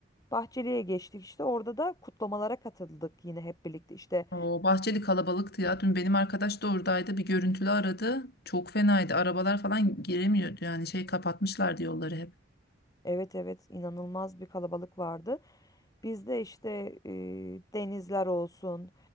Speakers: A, on the left (about 20°); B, on the left (about 60°).
A: Bahçeli'ye geçtik işte orada da kutlamalara katıldık yine hep birlikte işte
B: O Bahçeli kalabalıktı ya. Dün benim arkadaş da oradaydı. Bir görüntülü aradı. Çok fenaydı. Arabalar falan giremiyordu. Yani şey kapatmışlardı yolları hep.
A: evet evet inanılmaz bir kalabalık vardı. Biz de işte e, denizler olsun,